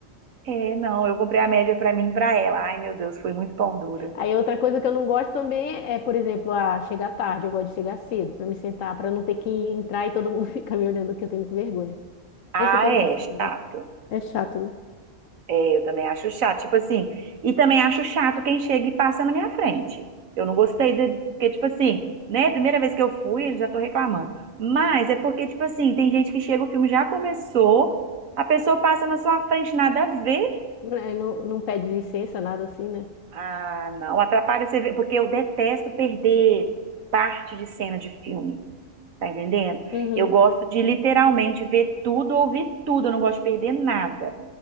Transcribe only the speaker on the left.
Aí outra coisa que eu não gosto também é, por exemplo, ah, chegar tarde, eu gosto de chegar cedo para me sentar, para não ter que entrar e todo mundo <laughs> ficar me olhando que eu tenho vergonha.
Eu sei que não
faz sentido,
mas é chato, né?
É, Não, não pede licença, nada assim, né?
Uhum.